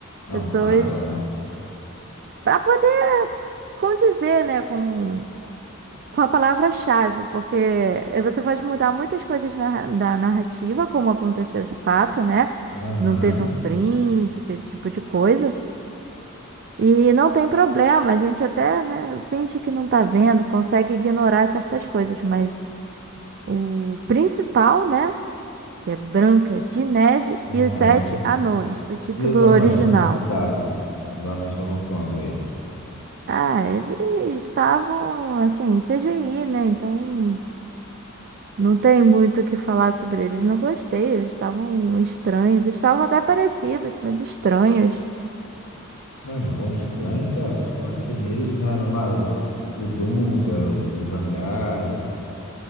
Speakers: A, on the left; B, on the right.
A: Não,
B: Pessoas
A: claro, é.
B: para poder condizer, né, com com a palavra-chave, porque eh, você pode mudar muitas coisas na- da narrativa, como aconteceu de fato, né?
A: Aham.
B: Não teve um príncipe, esse tipo de coisa. E não tem problema, a gente até, né, finge que não tá vendo, consegue ignorar certas coisas, mas o principal, né, que é Branca de Neve
A: É,
B: e os Sete
A: a branca. de-
B: Anões, o título
A: E os anões,
B: original.
A: como é que estavam? Os anões estavam como eles?
B: Ah, eles estavam assim, C G I né? Então Não tem muito o que falar sobre eles. Não gostei. Eles estavam estranhos. Estavam até parecidos, mas estranhos.
A: Ué, vão estranhos? Ué, mas como assim? Eles não eram lá o, o Dunga, o, o Zangado?